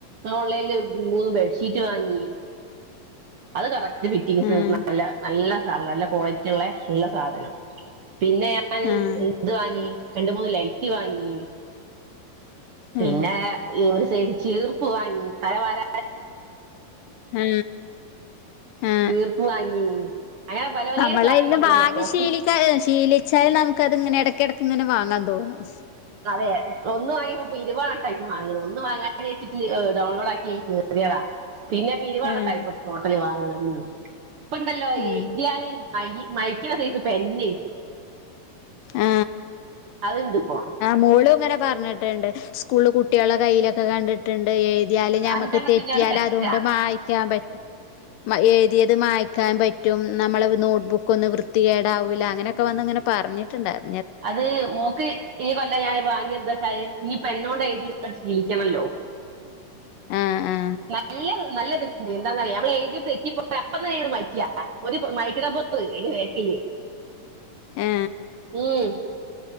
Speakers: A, on the right; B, on the left.
A: ഓൺലൈനിില് മൂന്ന് ബെഡ്ഷീറ്റ് വാങ്ങി അത് കറക് ഫറ്റിസ്
B: ആഹ്
A: നല്ല നല്ല നല്ല ക്വാളിറ്റി ഉള്ള ഉള്ള സാധനം പിന്നെ ഞാാന്
B: ആഹ്
A: ഇതു വാങ്ങി രണ്ട മൂന്ന് ലൈറ്റ് വാങ്ങി പിന്നെ
B: ആഹ്
A: ഒരു ചേർപ്പ് വാങ്ങി തലവാര
B: ആ ആ
A: ചീർപ്പ് വാങ്ങി അങ്ങനെ പല പല
B: നമ്മളതിന്ന്
A: സാധനങ്ങൾ പിന്നെ
B: ഭാഗ്യ
A: ഓക്ക്
B: ശീലിക്ക ശീലിച്ചാലൽ നമുക്ക്ത്ങ്ങനെ ഇടക്കിട ഇങ്ങനെ വാങ്ങാൻ തോന്നും
A: അതെ ഒന്ന് വാങ്ങിയപ്പം <unintelligible> ഇപ്പൊ ഇരുപെട്ട ആ വാങ്ങാച്ചിട്ട് ഡൗൺലോഡ് ആക്കി എനി കറിയടാ പിന്നെ പിരിവാണ്ടെ
B: ആഹ്
A: ടൈപ്പ് ടോട്ടൽ വാങ്ങണെ ഉ ഇപ്പണ്ടല്ലോ
B: ആഹ്
A: ഈ ഇ ദ്യാലയം മ മൈക്കച്ച <unintelligible> പ്പെന്നെ
B: ആ
A: അതിണ്ടിപ്പോ
B: മോളും ഇങ്ങനെ പറഞ്ഞിട്ടുണ്ട് സ്കൂളു കുട്ടികളുടെ കയ്യിലൊക്കെ കണ്ടിട്ടുണ്ട് എതിയല് ഞമ്മക്ക്
A: അഞ്ചെണ്ണത്തിന്റെ
B: തെറ്റിയാൽ
A: ഒരു സെറ്റാ
B: അതുകൊണ്ട് വായിക്കാൻ പറ്റും എഴുതിതിയത് മായിക്കാൻ പറ്റും നമ്മൾ നോട്ട് ബുക്ക് ഒന്നും വൃത്തികേടാവൂല്ല അങ്ങനൊക്കെ വന്ന് അങ്ങനെ പറഞ്ഞി ണ്ടായത് <unintelligible> <unintelligible>
A: അത് മോക്ക് ഈ കൊല്ലം ഞാന് വാങ്ങിയ <unintelligible> എന്തച്ചായ എന്നോട് എഴുതി ശീലിക്കണല്ലോ
B: ആ ആ
A: നല്ലതെ നല്ലത് എന്താന്ന ഞമ്മൾ എയുതി തെറ്റിപ്പോ അപ്പ തന്നട് മറ്റാ ഒരു <unintelligible> മയക്ക എ വക്കില്ലേ
B: ആ
A: ഉം